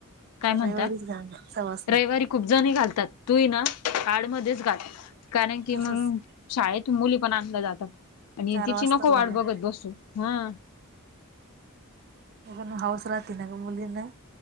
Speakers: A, on the left; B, on the right.
A: काय म्हणता
B: रईवारीची घाल न सवासनी.
A: रविवारी खूप जणी घालतात तू ये न आडमध्येच घाल. कारण की
B: तसच
A: मंग, शाळेतुन मुली पण, आणल्या जातात. आणि
B: चार
A: तिची
B: वाजताच
A: नको
B: घालण
A: वाट बघत बसू, हं.
B: होण हाऊस राहती ना ग, मुलींना